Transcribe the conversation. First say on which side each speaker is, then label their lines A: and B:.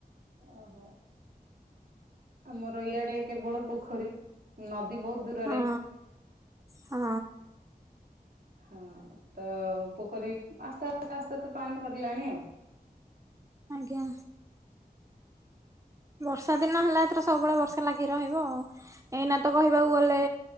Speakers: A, on the right; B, on the right.
A: ଓହୋ ଆମର ଇଆଡେ କେବଳ ପୋଖରୀ। ନଦୀ ବହୁତ ଦୂରରେ।
B: ହଁ
A: <inaudible>
B: ହଁ
A: ହଁ ତ ପୋଖରୀ ଆସ୍ତେ ଆସ୍ତେ ତ ପାଣି ଭରିଲାଣି ଆଉ।
B: ଆଜ୍ଞା ବର୍ଷା ଦିନ ହେଲାଥର ସବୁବେଳେ ବର୍ଷା ଲାଗି ରହିବ ଆଉ। ଏଇନା ତ କହିବାକୁ ଗଲେ